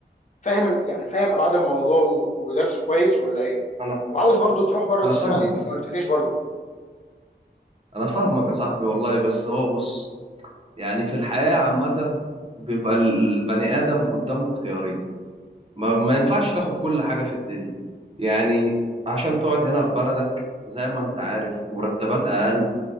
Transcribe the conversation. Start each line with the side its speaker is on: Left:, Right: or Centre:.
Left: فاهم ال- يعني فاهم ابعاد الموضوع و- ودرسه كويس ولا ايه
Right: انا
Left: وعاوز برضو تروح بره
Right: انا
Left: تشتغل
Right: فاهمك
Left: إيه؟ انت
Right: يا صاحبي
Left: ما قلتليش برضو
Right: انا فاهمك يا صاحبي والله بس هو بص يعني في الحياة عامة بيبقى البني ادم قدامه اختيارين ما, ما ينفعش تاخد كل حاجة في الدنيا يعني عشان تقعد هنا في بلدك زي ما انت عارف مرتبات اقل